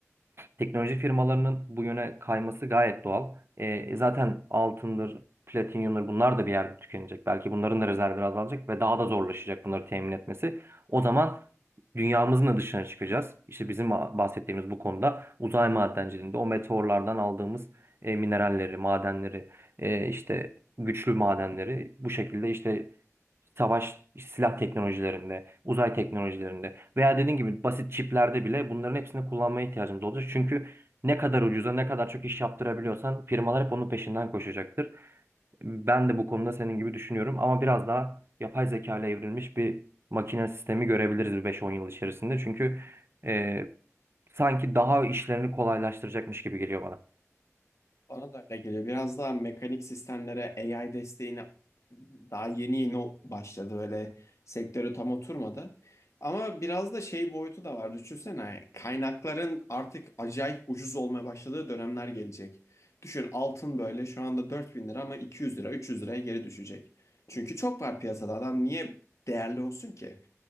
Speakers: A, on the right; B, on the left.
A: Teknoloji firmalarının bu yöne kayması gayet doğal. E, zaten altındır, platinyumdur bunlar da bir yerde tükenecek. Belki bunların da rezervleri azalacak ve daha da zorlaşacak bunları temin etmesi. O zaman dünyamızın da dışına çıkacağız. İşte bizim bahsettiğimiz bu konuda uzay madenciliğinde o meteorlardan aldığımız e, mineralleri, madenleri, e, işte güçlü madenleri bu şekilde işte savaş silah teknolojilerinde, uzay teknolojilerinde veya dediğin gibi basit çiplerde bile bunların hepsini kullanmaya ihtiyacımız olacak. Çünkü ne kadar ucuza ne kadar çok iş yaptırabiliyorsan firmalar hep onun peşinden koşacaktır. Ben de bu konuda senin gibi düşünüyorum ama biraz daha yapay zeka ile evrilmiş bir makine sistemi görebiliriz bir 5-10 yıl içerisinde. Çünkü e, sanki daha işlerini kolaylaştıracakmış gibi geliyor bana.
B: Bana da öyle geliyor. Biraz daha mekanik sistemlere AI desteğine daha yeni yeni o- başladı. Böyle sektörü tam oturmadı. Ama biraz da şey boyutu da var. Düşünsene kaynakların artık acayip ucuz olmaya başladığı dönemler gelecek. Düşün altın böyle şu anda 4000 lira ama iki yüz lira 300 liraya geri düşecek. Çünkü çok var piyasada adam niye değerli olsun ki?